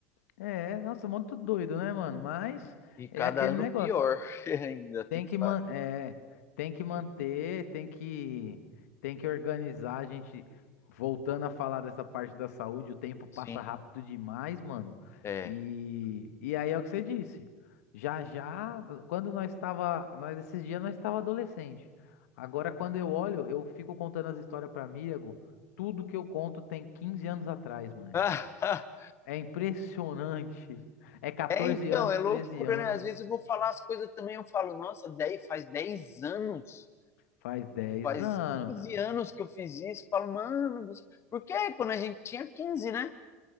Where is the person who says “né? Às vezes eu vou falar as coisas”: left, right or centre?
Left